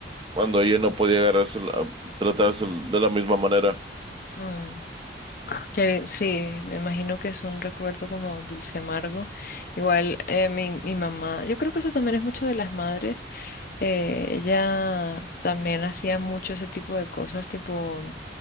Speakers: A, on the right (about 25°); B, on the left (about 50°).
A: cuando ella no podía agarrarse, tratarse de la misma manera.
B: Mm, que sí, me imagino que es un recuerdo como dulce amargo. Igual eh, mi, mi mamá, yo creo que eso también es mucho de las madres. Eh, ella también hacía mucho ese tipo de cosas, tipo,